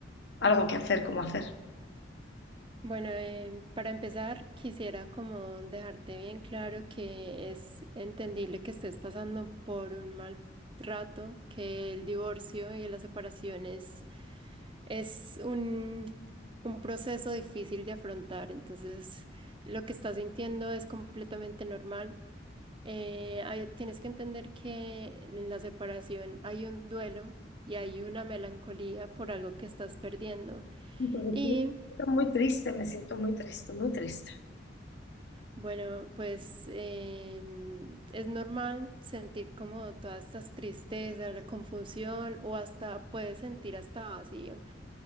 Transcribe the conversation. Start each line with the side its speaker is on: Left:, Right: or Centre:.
Left: algo que hacer, cómo hacer.
Right: Bueno, em, para empezar, quisiera como dejarte bien claro que es entendible que estés pasando por un mal rato, que el divorcio y la separación es, es un, un proceso difícil de afrontar. Entonces, lo que estás sintiendo es completamente normal. Eh, hay- tienes que entender que en la separación hay un duelo y hay una melancolía por algo que estás perdiendo.
Left: Sí, porque
Right: Y
Left: sí, estoy muy triste, me siento muy triste, muy triste.
Right: bueno, pues em, es normal sentir como todas estas tristezas, la confusión o hasta puedes sentir hasta vacío.